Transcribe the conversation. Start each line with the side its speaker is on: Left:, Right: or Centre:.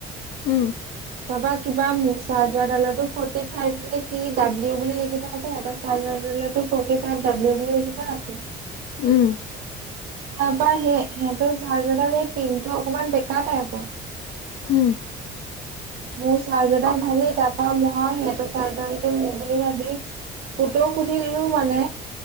Left: উম।
Right: তাৰপা কিবা মোচা চাৰ্জাৰডালতো ফৰ্টি ফাইভ কি ডাব্লিউ বুলি লিখি থোৱা আছে। সিহঁতক চাৰ্জাৰডালটো ফৰ্টি ফাইভ বুলি লিখি থোৱা আছে।
Left: উম।
Right: তাৰ পৰা সেই সিহঁতৰ চাৰ্জাডালৰ পিনটো অকনমান বেকা টাইপৰ।
Left: উম।
Right: মোৰ চাৰৰ্জাৰ দাল ভালেই। তাৰপা মই সিহঁতৰ চাৰৰ্জাৰ ডালকে‌ মোৰ বুলি ভাবি পুতৌ নিলেউ মানে।